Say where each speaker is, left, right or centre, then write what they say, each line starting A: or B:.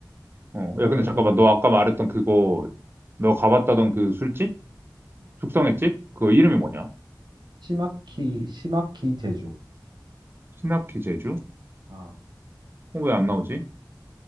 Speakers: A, on the right; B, on the right.
A: 어.
B: 이번에도
A: 야, 근데 잠깐만. 너 아까 말했던 그거 너
B: 아,
A: 가봤다던 그 술집?
B: 아,
A: 숙성의 집? 그 이름이
B: 아.
A: 뭐냐?
B: 시마키 시마키 제주.
A: 시나키 제주?
B: 아,
A: 어, 왜 안 나오지?